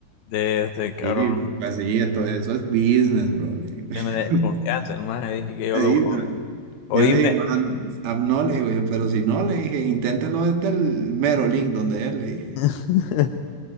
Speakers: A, on the left; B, on the right.
A: De este cabrón.
B: Sí, pues sí, esto, eso es business, bro. le digo.
A: Tiene desconfianza,
B: <laughs>
A: el maje. Dije que yo
B: Ahí,
A: lo voy
B: pero-
A: a...
B: Yo
A: Oíme.
B: le digo, "Ah, ah, no, le digo yo, pero si no, le dije, inténtelo desde el mero link donde él, le dije.
A: <laughs>